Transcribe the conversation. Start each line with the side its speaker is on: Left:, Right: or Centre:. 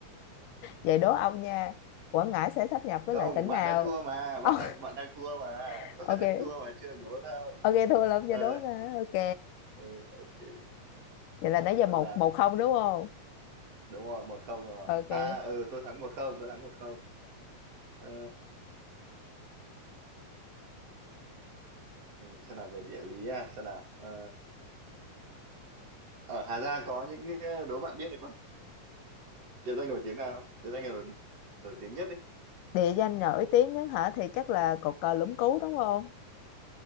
Left: vậy đố ông nha Quảng Ngãi sẽ sát nhập với
Right: Không,
Left: lại tỉnh
Right: bạn
Left: nào
Right: đang thua mà, bạn
Left: Ông-
Right: đang bạn đang thua mà.
Left: <laughs>
Right: <laughs>
Left: ok
Right: Bạn đang thua mà chưa đố đâu.
Left: ok thua lắm
Right: Ờ,
Left: cho đố nè. ok
Right: ờ, ờ, ok,
Left: vậy là nãy giờ một
Right: sao nào?
Left: một không đúng không
Right: đúng rồi một không rồi
Left: ok
Right: à ừ tôi thắng một không tôi thắng một không ờ, ừ, xem nào về địa lý à xem nào ờ, ở Hà Giang có những ờ, đố bạn biết thì có địa danh nổi tiếng nào không? địa danh nào nổi, nổi tiếng nhất đi
Left: Địa danh nổi tiếng nhất hả thì chắc là cột cờ Lũng Cú đúng không?